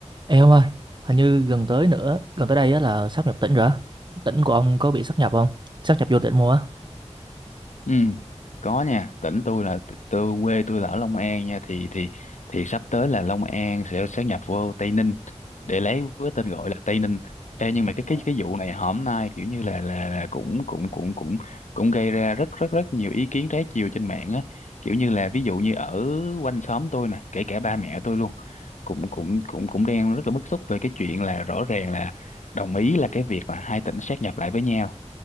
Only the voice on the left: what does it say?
Ừ, có nha, tỉnh tôi là tôi quê tôi là ở Long An nha thì thì thì sắp tới là Long An sẽ sát nhập vô Tây Ninh để lấy với tên gọi là Tây Ninh. Ê, nhưng mà cái
cái cái vụ này hôm nay kiểu như là là, là cũng cũng cũng cũng cũng gây ra rất rất rất nhiều ý kiến trái chiều trên mạng á, kiểu như là ví dụ như ở quanh xóm tôi nè, kể cả ba mẹ tôi luôn cũng cũng cũng cũng đang rất là bức xúc về cái chuyện là rõ ràng là đồng ý là cái việc là hai tỉnh sát nhập lại với nhau